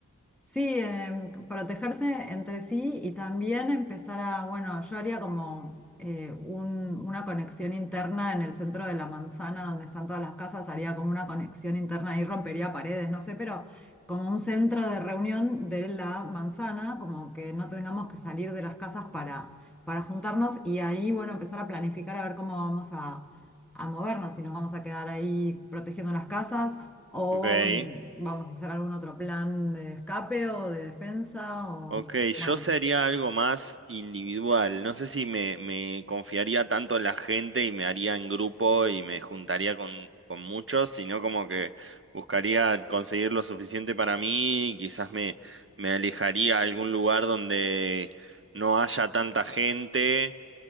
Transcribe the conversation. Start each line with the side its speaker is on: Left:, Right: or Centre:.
Centre: Sí, em, protegerse entre sí y también empezar a, bueno, yo haría como eh, un- una conexión interna en el centro de la manzana donde están todas las casas, haría como una conexión interna y rompería paredes, no sé, pero como un centro de reunión de la manzana, como que no tengamos que salir de las casas para, para juntarnos y ahí, bueno, empezar a planificar a ver cómo vamos a, a movernos, si nos vamos a quedar ahí protegiendo las casas o
Right: Ok.
Centre: vamos a hacer algún otro plan de escape o de defensa o
Right: Ok,
Centre: bueno.
Right: yo sería algo más individual. No sé si me, me confiaría tanto en la gente y me haría en grupo y me juntaría con, con muchos, sino como que buscaría conseguir lo suficiente para mí y quizás me, me alejaría a algún lugar donde no haya tanta gente